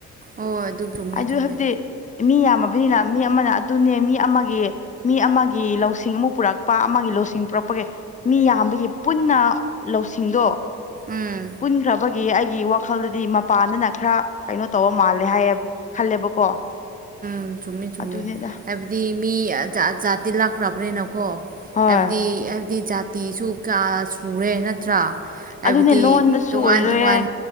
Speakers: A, on the right; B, on the left.
A: ꯑꯣ ꯑꯗꯨ ꯆꯨꯝꯃꯦ
B: ꯑꯗꯨ
A: ꯆꯨꯝꯃꯦ
B: ꯍꯥꯏꯕꯗꯤ ꯃꯤ ꯌꯥꯝ ꯕꯅꯤꯅ ꯃꯤ ꯑꯃꯅ ꯑꯗꯨꯅꯦ ꯃꯤ ꯑꯃꯒꯤ ꯃꯤ ꯑꯃꯒꯤ ꯂꯧꯁꯤꯡ ꯑꯃ ꯄꯨꯔꯛꯄ ꯑꯃꯒꯤ ꯂꯧꯁꯤꯡ ꯄꯨꯔꯛꯄ ꯃꯤ ꯌꯥꯝꯕꯒꯤ ꯄꯨꯟꯅ ꯂꯧꯁꯤꯡꯗꯣ
A: ꯎꯝ
B: ꯄꯨꯟꯈ꯭ꯔꯕ ꯑꯩꯒꯤ ꯋꯥꯈꯜꯗꯗꯤ ꯃꯄꯥꯗꯅ ꯈꯔ ꯀꯩꯅꯣ ꯇꯧꯕ ꯃꯥꯜꯂꯦ ꯍꯥꯏꯌꯦꯕ ꯈꯜꯂꯦꯕꯀꯣ
A: ꯎ ꯆꯨꯝꯃꯦ ꯆꯨꯝꯃꯦ
B: ꯑꯗꯨꯅꯤꯗ
A: ꯍꯥꯏꯕꯗꯤ ꯃꯤ ꯖꯥꯠꯇꯤ ꯂꯥꯛꯈ꯭ꯔꯕ꯭ꯔꯦꯅꯀꯣ
B: ꯍꯣꯏ
A: ꯍꯥꯏꯕꯗꯤ ꯍꯥꯏꯕꯗꯤ ꯖꯥꯇꯤꯁꯨ ꯀꯌꯥ ꯁꯨꯔꯦ ꯅꯠꯇ꯭ꯔꯥ ꯍꯥꯏꯕꯗꯤ
B: ꯑꯗꯨꯅꯦ ꯂꯣꯟꯗꯁꯨ
A: ꯇꯣꯉꯥꯟ
B: ꯑꯣꯏꯔꯦ
A: ꯇꯣꯉꯥꯟ